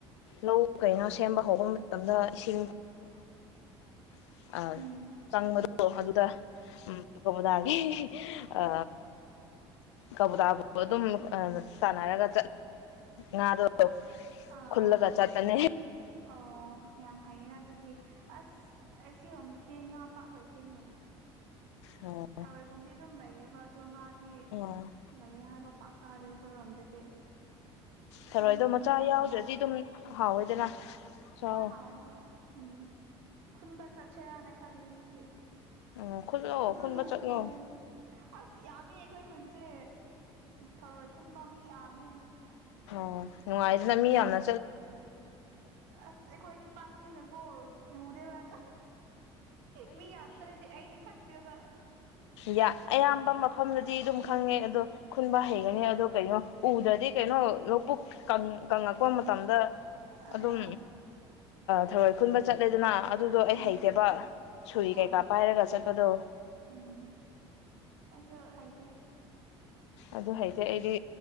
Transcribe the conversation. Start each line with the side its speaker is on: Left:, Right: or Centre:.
Left: ꯂꯧ ꯀꯩꯅꯣ ꯁꯦꯝꯕ ꯍꯧꯕ ꯃꯇꯝꯗ ꯏꯁꯤꯡ <unintelligible> ꯑ
Right: ꯎꯝ
Left: ꯆꯪꯕꯗꯣ ꯑꯗꯨꯗ ꯎꯝ <unintelligible> ꯑ ꯀꯕꯨꯇꯥꯕꯨ ꯑꯗꯨꯝ ꯇꯥꯟꯅꯔꯒ ꯉꯥꯗꯣ
Right: ꯑꯥ
Left: ꯈꯨꯜꯂꯒ
Right: ꯑꯥ
Left: ꯆꯥꯇꯅꯦ
Right: ꯑꯣ ꯌꯥꯝ ꯐꯩꯌꯦꯅ ꯑꯗꯨꯗꯤ ꯑꯁ ꯁꯤꯔꯣꯝꯗꯗꯤ ꯉꯥ ꯄ ꯂꯩꯇꯦꯅꯦ
Left: ꯑꯣ
Right: ꯊꯔꯣꯏꯒꯨꯝꯗꯤ ꯑꯗꯨꯝ ꯂꯩꯌꯦꯕ ꯑꯣ ꯉꯥꯗꯤ
Left: ꯎꯝ
Right: ꯂꯩ ꯍꯥꯏꯕ ꯄꯥꯛ ꯇꯥꯔꯦ ꯑꯩꯈꯣꯏꯔꯣꯝꯗꯗꯤ
Left: ꯊꯔꯣꯏ
Right: ꯅꯣꯏꯔꯣꯝꯅ
Left: ꯑꯗꯣ ꯃꯆꯥ
Right: ꯌꯥꯝꯕ
Left: ꯌꯥꯎꯗ꯭ꯔꯗꯤ
Right: ꯃꯥꯜꯂꯦ
Left: ꯑꯗꯨꯝ ꯍꯥꯎꯋꯦꯗꯅ ꯆꯥꯎꯋꯣ
Right: ꯍꯣꯏ ꯍꯣꯏ ꯍꯣꯏ ꯎꯝ ꯈꯨꯟꯕ ꯆꯠꯁꯔꯅ ꯈꯜꯂꯤ ꯃꯤꯁꯤ
Left: ꯎꯝ ꯈꯨꯜꯂꯣ
Right: ꯑꯗꯨꯗꯅꯣꯡ
Left: ꯈꯨꯟꯕ ꯆꯠꯂꯣ
Right: ꯅꯣꯡ ꯑꯁ ꯌꯥꯝꯃꯦ ꯑꯩꯈꯣꯏ ꯈꯨꯟꯁꯦ ꯊꯔꯣꯏ ꯈꯨꯟꯕ ꯃꯤ ꯌꯥꯝꯃꯦ
Left: ꯑ ꯅꯅꯨꯡ ꯑꯥꯏꯗꯅ ꯃꯤ ꯑꯅ
Right: ꯑꯁ ꯑꯩꯈꯣꯏꯗꯤ ꯄꯥꯡꯅꯤꯅꯀꯣ ꯎꯗꯦꯕ ꯑꯗꯣ ꯃꯤ ꯌꯥꯝ ꯆꯠꯂꯗꯦ ꯑꯩꯗꯤ ꯈꯟꯕꯕ
Left: ꯌꯥ ꯑꯌꯥꯝꯕ ꯃꯐꯝꯗꯗꯤ ꯑꯗꯨꯝ ꯈꯪꯉꯦ ꯑꯗꯣ ꯈꯨꯟꯕ ꯍꯩꯒꯅꯤ ꯑꯗꯣ ꯀꯔꯤꯅꯣ ꯎꯗ꯭ꯔꯗꯤ ꯀꯩꯅꯣ ꯂꯧꯕꯨꯛ ꯀꯪꯉꯛꯄ ꯃꯇꯝꯗ
Right: ꯑꯥ
Left: ꯑꯗꯨꯝ
Right: ꯑꯥ
Left: ꯊꯔꯣꯏ ꯈꯨꯟꯕ ꯆꯠꯂꯦꯗꯅ ꯑꯗꯨꯗꯣ ꯑꯩ
Right: ꯎꯝ
Left: ꯍꯩꯇꯦꯕ ꯁꯨꯔꯤ
Right: ꯑꯥ
Left: ꯀꯩꯀꯥ ꯄꯥꯏꯔꯒ ꯆꯠꯄꯗꯣ
Right: ꯎꯝ ꯑꯩꯁꯨ ꯍꯥꯏꯗꯦ
Left: ꯑꯗꯨ ꯍꯥꯏꯩꯇꯦ ꯑꯩꯗꯤ